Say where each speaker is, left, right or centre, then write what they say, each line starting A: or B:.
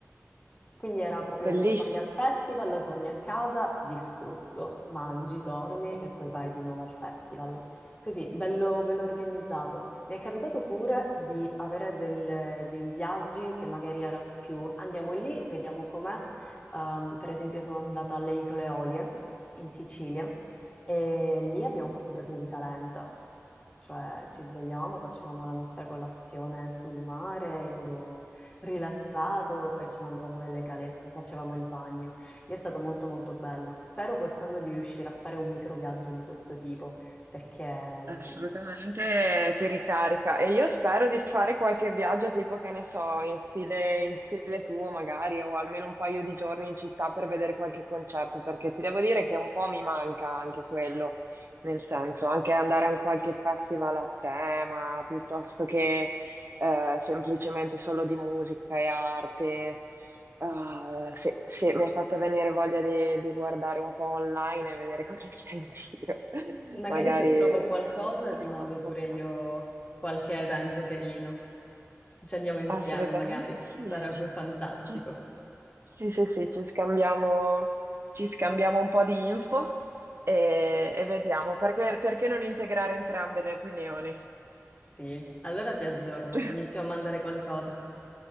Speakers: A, on the left; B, on the right.
A: Quindi era proprio
B: bellissimo.
A: un vai al festival, torni a casa distrutto, mangi, dormi e poi vai di nuovo al festival. Così, bello, bello organizzato. Mi è capitato pure di avere del- dei viaggi che magari erano più andiamo lì, vediamo com'è. Ehm, per esempio sono andata alle Isole Olie in Sicilia e lì abbiamo fatto proprio vita lenta. Cioè, ci svegliavamo, facevamo la nostra colazione sul mare in modo rilassato, e poi ce ne andavamo nelle calette, facevamo il bagno. Lì è stato molto molto bello. Spero quest'anno di riuscire a fare un microviaggio di questo tipo, perché mh,
B: Assolutamente ti ricarica e io spero di fare qualche viaggio tipo che ne so, in stile, in stile tuo magari o almeno un paio di giorni in città per vedere qualche concerto perché ti devo dire che un po' mi manca anche quello, nel senso anche andare a un qualche festival a tema piuttosto che eh, semplicemente solo di musica e arte. Ah, sì, sì, mi hai fatto venire voglia di, di guardare un po' online e vedere <laughs> cosa c'è in giro. <laughs>
A: magari
B: Magari
A: se trovo qualcosa
B: trovo
A: ti mando
B: qualcosa.
A: pure io qualche evento carino. Ci andiamo insieme,
B: Assolutamente
A: magari.
B: sì,
A: Sarebbe
B: ci,
A: fantastico.
B: ci- sì, sì, sì, ci scambiamo, ci scambiamo un po' di info e, e vediamo perché, perché non integrare entrambe le opinioni.
A: Sì, allora ti aggiorno,
B: <laughs>
A: ti inizio a mandare qualcosa.